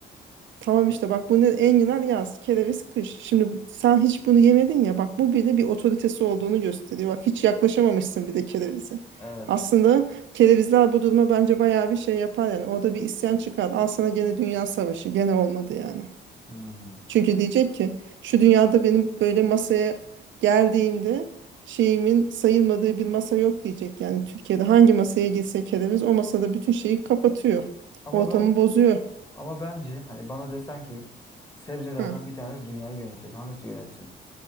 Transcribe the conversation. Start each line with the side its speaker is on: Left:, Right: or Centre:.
Right: Tamam
Left: E,
Right: işte bak bunu enginar yaz, kereviz kış. Şimdi sen hiç bunu yemedin ya bak bu bile bir otoritesi olduğunu gösteriyor. Bak hiç yaklaşamamışsın bir de kerevize.
Left: Evet.
Right: Aslında kerevizler bu duruma bence bayağı bir şey yapar yani. Orada bir isyan çıkar. Al sana gene dünya savaşı. Gene olmadı yani.
Left: Hmm.
Right: Çünkü diyecek ki şu dünyada benim böyle masaya geldiğimde şeyimin sayılmadığı bir masa yok diyecek. Yani Türkiye'de hangi masaya girse kereviz o masada bütün şeyi kapatıyor.
Left: Ama
Right: Ortamı
Left: ben
Right: bozuyor.
Left: ama bence hani bana desen ki sebzelerden
Right: Hı,
Left: bir tanesi dünyayı yönetecek. Hangisi yönetsin?